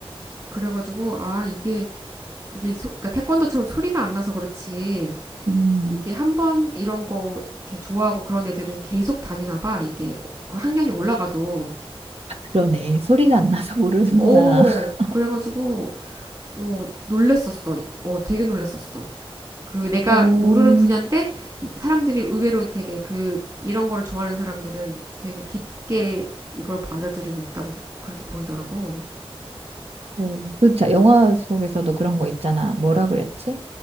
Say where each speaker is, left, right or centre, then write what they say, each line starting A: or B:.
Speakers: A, on the right; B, on the right.
A: 그래가지고 아 이게 이게 소, 그러니까 태권도처럼 소리가 안 나서 그렇지.
B: 음.
A: 이게 한 번 이런 거 이렇게 좋아하고 그런 애들은 계속 다니나 봐. 이게 그 학년이 올라가도.
B: 그러네. 소리가 안 나서 모르는구나.
A: 어,
B: <laughs>
A: 그래가지고 어 놀랬었어. 어, 되게 놀랬었어. 그 내가
B: 어,
A: 모르는 분야인데 이 사람들이 의외로 되게 그 이런 거를 좋아하는 사람들은 되게 깊게 이걸 받아들이고 있다고 그렇게 보이더라고.
B: 어, 그 자- 영화 속에서도 그런 거 있잖아. 뭐라 그랬지?